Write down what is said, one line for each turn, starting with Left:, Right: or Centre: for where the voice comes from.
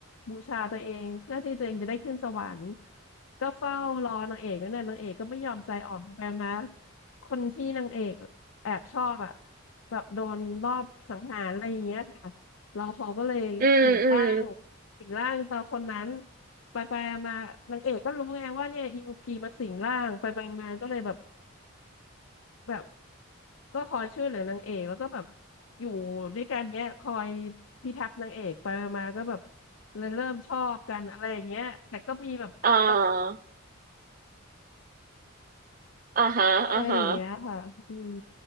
Left: บูชาตัวเองเพื่อที่ตัวเองจะได้ขึ้นสวรรค์ ก็เฝ้ารอนางเอกนั่นน่ะนางเอกก็ไม่ยอมใจอ่อนไปไปมาคนที่นางเอกแอบชอบอ่ะแบบโดนรอบสังหารอะไรอย่างเงี้ยค่ะเราเขาก็เลยสิงร่าง
Right: อืมอืม
Left: สิงร่างตาคนนั้นไปไปมานางเอกก็รู้ไงว่าเนี่ยอิมุกีมาสิงร่างไปไปมาก็เลยแบบแบบก็คอยช่วยเหลือนางเอกแล้วก็แบบอยู่ด้วยกันเนี้ยคอยพิทักษ์นางเอกไปไปมาก็แบบเลยเริ่มชอบกันอะไรอย่างเงี้ยแต่ก็มีแบบตลก
Right: อ่าอ่าฮะอ่าฮะ
Left: อะไรอย่างเงี้ยค่ะอืม